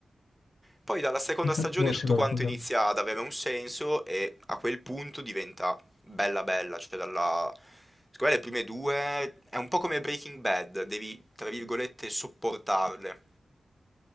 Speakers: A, in the centre; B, on the left.
A: Poi dalla seconda
B: Infatti
A: stagione
B: forse
A: tutto
B: quello
A: quanto
B: è quello
A: inizia
B: il problema.
A: ad avere un senso e a quel punto diventa bella bella, cioè dalla... Secondo me le prime due è un po' come Breaking Bad, devi, tra virgolette, sopportarle.